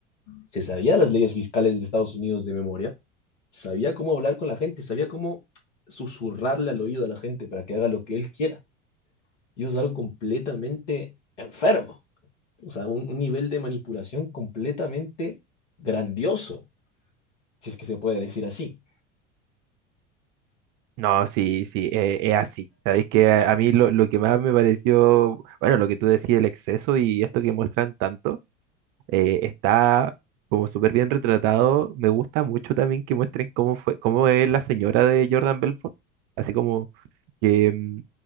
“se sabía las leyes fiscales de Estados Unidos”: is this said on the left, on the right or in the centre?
Left